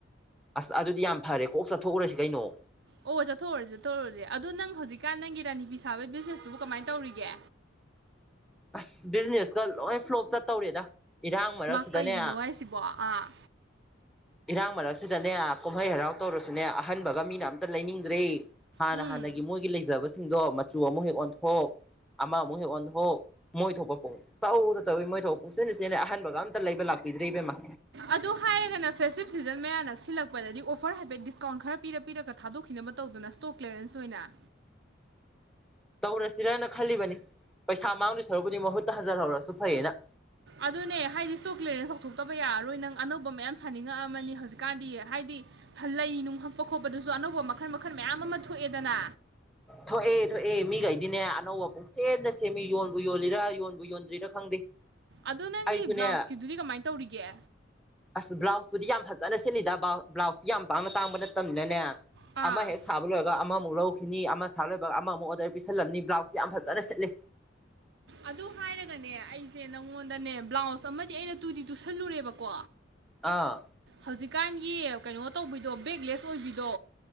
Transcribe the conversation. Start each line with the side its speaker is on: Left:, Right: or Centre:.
Centre: ꯑꯁ ꯑꯗꯨꯗꯤ ꯌꯥꯝ ꯐꯔꯦ ꯀꯣꯛ ꯆꯠꯊꯣꯛꯎꯔꯁꯤ ꯀꯩꯅꯣ
Right: ꯑꯣ ꯆꯠꯊꯣꯛꯎꯔꯁꯦ ꯆꯠꯊꯣꯛꯎꯔꯨꯔꯁꯦ ꯑꯗꯣ ꯅꯪ ꯍꯧꯖꯤꯛꯀꯥꯟ ꯅꯪꯒꯤ ꯔꯥꯅꯤ ꯐꯤ ꯁꯥꯕꯒꯤ ꯕꯤꯖꯤꯅꯦꯁꯇꯨꯕꯨ ꯀꯃꯥꯏꯅ ꯇꯧꯔꯤꯒꯦ
Centre: <inaudible> ꯑꯁ ꯕꯤꯖꯤꯅꯦꯁꯀ ꯂꯣꯏ ꯐ꯭ꯂꯣꯞ ꯆꯠꯇꯧꯔꯦꯗ ꯏꯔꯥꯡ ꯃꯔꯛꯁꯤꯗꯅꯦ
Right: ꯃꯥ ꯀꯩꯒꯤꯅꯣ ꯍꯥꯏꯁꯤꯕꯣ ꯑꯥ
Centre: ꯏꯔꯥꯡ ꯃꯔꯛꯁꯤꯗꯅꯦ ꯀꯨꯝꯍꯩ ꯍꯔꯥꯎ ꯇꯧꯔꯁꯨꯅꯦ ꯑꯍꯟꯕꯒ ꯃꯤꯅ ꯑꯝꯇ ꯂꯩꯅꯤꯡꯗ꯭ꯔꯦ ꯍꯥꯟꯅ
Right: ꯎꯝ
Centre: ꯍꯥꯟꯅꯒꯤ ꯃꯣꯏꯒꯤ ꯂꯩꯖꯕꯁꯤꯡꯗꯣ ꯃꯆꯨ ꯑꯃꯨꯛ ꯍꯦꯛ ꯑꯣꯟꯊꯣꯛ ꯑꯃꯃꯨꯛ ꯍꯦꯛ ꯑꯣꯟꯊꯣꯛ ꯃꯣꯏ ꯊꯣꯛꯄ ꯄꯨꯡꯇꯧ ꯇꯧꯏ ꯃꯣꯏ ꯊꯣꯛꯄ ꯄꯨꯡꯁꯤꯟꯗ ꯁꯤꯖꯤꯟꯅꯩ ꯑꯍꯟꯕꯒ ꯑꯝ ꯑꯇ ꯂꯩꯕ ꯂꯥꯛꯄꯤꯗ꯭ꯔꯦ ꯏꯕꯦꯝꯃ
Right: ꯑꯗꯨ ꯍꯥꯏꯔꯒꯅ ꯐꯦꯁꯇꯤꯞ ꯁꯤꯖꯟ ꯃꯌꯥ ꯅꯛꯁꯤꯜꯂꯛꯄꯗꯗꯤ ꯑꯣꯐꯔ ꯍꯥꯏꯐꯦꯠ ꯗꯤꯁꯀꯥꯎꯟ ꯈꯔ ꯄꯤꯔ ꯄꯤꯔꯒ ꯊꯥꯗꯣꯛꯈꯤꯅꯕ ꯇꯧꯗꯅ ꯁ꯭ꯇꯣꯛ ꯀ꯭ꯂꯤꯌꯥꯔꯦꯟꯁ ꯑꯣꯏꯅ
Centre: <inaudible> ꯇꯧꯔꯁꯤꯔ ꯈꯜꯂꯤꯕꯅꯤ ꯄꯩꯁꯥ ꯃꯥꯡꯗꯣꯏ ꯁꯔꯨꯛꯄꯨꯗꯤ ꯃꯍꯨꯠꯇ ꯍꯟꯖꯤꯜꯍꯧꯔꯁꯨ ꯐꯩꯌꯦꯅ
Right: ꯑꯗꯨꯅꯦ ꯍꯥꯏꯗꯤ ꯏꯁꯇꯣꯛ ꯀ꯭ꯂꯤꯌꯥꯔꯦꯟꯁ ꯇꯧꯊꯣꯛꯇꯕ ꯌꯥꯔꯔꯣꯏ ꯅꯪ ꯑꯅꯧꯕ ꯃꯌꯥꯝ ꯁꯥꯅꯤꯡꯉꯛꯑꯃꯅꯤ ꯍꯧꯖꯤꯛꯀꯥꯟꯗꯤ ꯍꯥꯏꯗꯤ ꯗꯤ ꯂꯩ ꯅꯨꯡ ꯍꯛꯄ ꯈꯣꯠꯄꯗꯁꯨ ꯑꯅꯧꯕ ꯃꯈꯜ ꯃꯈꯜ ꯃꯌꯥꯝ ꯑꯃ ꯊꯣꯛꯑꯦꯗꯅ
Centre: ꯊꯣꯛꯑꯦ ꯊꯣꯛꯑꯦ ꯃꯤꯒꯩꯗꯤꯅꯦ ꯑꯅꯧꯕ ꯄꯨꯝꯁꯦꯝꯗ ꯁꯦꯝꯃꯤ ꯌꯣꯟꯕꯨ ꯌꯣꯜꯂꯤꯔꯥ ꯌꯣꯟꯕꯨ ꯌꯣꯟꯗ꯭ꯔꯤꯔꯥ ꯈꯪꯗꯦ
Right: ꯑꯗꯣ ꯅꯪꯒꯤ
Centre: ꯑꯩꯁꯨꯅꯦ
Right: ꯕ꯭ꯂꯥꯎꯁꯀꯤꯗꯨꯗꯤ ꯀꯃꯥꯏꯅ ꯇꯧꯔꯤꯒꯦ
Centre: ꯑꯁ ꯕ꯭ꯂꯥꯎꯁꯇꯨꯗꯤ ꯌꯥꯝ ꯐꯖꯅ ꯁꯦꯠꯂꯤꯗ ꯕꯥꯎ ꯕ꯭ꯂꯥꯎꯁꯇꯤ ꯌꯥꯝ ꯄꯥꯡꯅ ꯇꯥꯡꯕ ꯅꯠꯇꯕꯅꯤꯅꯅꯦ
Right: ꯑꯥ
Centre: ꯑꯃꯍꯦꯛ ꯁꯥꯕ ꯂꯣꯏꯔꯒ ꯑꯃꯃꯨꯛ ꯑꯃꯨꯛ ꯂꯧꯈꯤꯅꯤ ꯑꯃ ꯁꯥ ꯂꯣꯏꯕ ꯑꯃꯃꯨꯛ ꯑꯣꯔꯗꯔ ꯄꯤꯁꯜꯂꯝꯅꯤ ꯕ꯭ꯂꯥꯎꯁꯇꯤ ꯌꯥꯝ ꯐꯖꯅ ꯁꯤꯠꯂꯤ
Right: ꯑꯗꯨ ꯍꯥꯏꯔꯒꯅꯦ ꯑꯩꯁꯦ ꯅꯪꯉꯣꯟꯗꯅꯦ ꯕ꯭ꯂꯥꯎꯁ ꯑꯃꯗꯤ ꯑꯩꯅ ꯇꯨꯗꯤ ꯇꯨꯁꯜꯂꯨꯔꯦꯕꯀꯣ
Centre: ꯑꯥ
Right: ꯍꯧꯖꯤꯛꯀꯥꯟꯒꯤ ꯀꯩꯅꯣ ꯇꯧꯕꯤꯗꯣ ꯕꯦꯛꯂꯦꯁ ꯑꯣꯏꯕꯤꯗꯣ